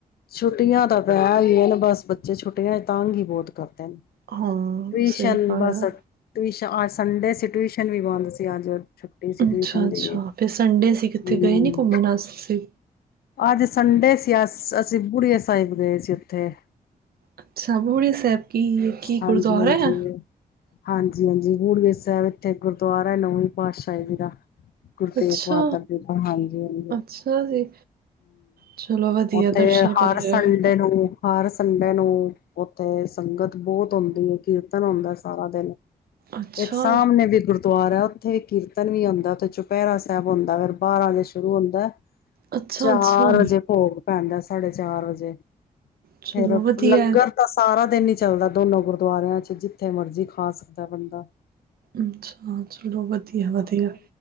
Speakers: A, on the left; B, on the right.
A: ਛੁੱਟੀਆਂ ਦਾ ਬੈ ਆ ਨੇ ਬਸ ਬੱਚੇ ਛੋਟੇ <unintelligible> ਤੰਗ ਹੀ ਬਹੁਤ ਕਰਦੇ ਨੇ
B: ਹਾਂ
A: ਟਿਊਸ਼ਨ
B: ਸਹੀ ਗੱਲ
A: ਬਸ
B: ਆ
A: ਅੱਜ ਸੰਡੇ ਸੀ, ਟਿਊਸ਼ਨ ਵੀ ਬੰਦ ਅਸੀ ਅੱਜ, ਛੁੱਟੀ ਸੀ, ਟਿਊਸ਼ਨ
B: ਅੱਛਾ ਅੱਛਾ
A: ਦੇ
B: ਫਿਰ ਸੰਡੇ ਸੀ ਕਿੱਥੇ
A: ਹੂੰ
B: ਗਏ ਨੀ ਘੁੰਮਣ ਅਸੀਂ
A: ਅੱਜ ਸੰਡੇ ਸੀ। ਬੂੜਿਆ ਸਾਹਿਬ ਗਏ ਸੀ ਉੱਥੇ,
B: ਅੱਛਾ, ਬੂੜੀ ਸਾਹਿਬ ਕੀ ਕੀ
A: ਹਾਂਜੀ
B: ਗੁਰਦੁਆਰੇ
A: ਹਾਂਜੀ
B: ਐ।
A: ਹਾਂਜੀ ਹਾਂਜੀ ਬੂੜੀਏ ਸਾਹਿਬ ਇੱਥੇ ਗੁਰਦੁਆਰਾ ਹੈ, ਨਵੀਂ ਪਾਤਸ਼ਾਹੀ ਜੀ ਦਾ ਗੁਰੂ
B: ਅੱਛਾ
A: ਰੇਗ ਬਹਾਦਰ ਸਾਹਿਬ ਜੀ ਦਾ ਹਾਂਜੀ ਹਾਂਜੀ
B: ਅੱਛਾ ਜੀ ਚਲੋ ਵਧੀਆ
A: ਓਕੇ,
B: ਦਰਸ਼ਨ
A: ਤੇ ਹਰ
B: ਕਰ ਰਹੇ
A: ਸੰਡੇ
B: ਹੋ
A: ਨੂੰ, ਹਰ ਸੰਡੇ ਨੂੰ ਉੱਥੇ ਸੰਗਤ ਬਹੁਤ ਹੁੰਦੀ ਹੈ ਕੀਰਤਨ ਹੁੰਦਾ ਸਾਰਾ ਦਿਨ,
B: ਅੱਛਾ
A: ਇੱਕ ਸਾਮਣੇ ਵੀ ਗੁਰਦ ਦੁਆਰਾ ਹੈ ਉੱਥੇ ਕੀਰਤਨ ਵੀ ਹੁੰਦਾ ਤੇੇ ਚੁਪਹਿਰਾ ਸਾਹਿਬ ਹੂੰ <unintelligible> ਬਾਰਾਂ ਵਜੇ ਸ਼ੁਰੂ ਹੁੰਦਾ,
B: ਅੱਛਾ
A: ਚਾਰ
B: ਅੱਛਾ
A: ਵਜੇ ਭੋਗ। ਦਾ ਸਾਡੇ ਚਾਰ ਵਜੇ
B: ਚਲੋ
A: ਫੇਰ
B: ਵਧੀਆ
A: ਲੰਗਰ ਤਾਂ ਸਾਰਾ ਦਿਨ ਹੀ ਚੱਲਦਾ ਦੋਨੋ ਗੁਰਦੁਆਰਿਆਂ ਚ ਜਿੱਥੇ ਮਰਜ਼ੀ ਖਾ ਸਕਦਾ ਬੰਦਾ।
B: ਅੱਛਾ, ਚਲੋ ਵਧੀਆ-ਵਧੀਆ।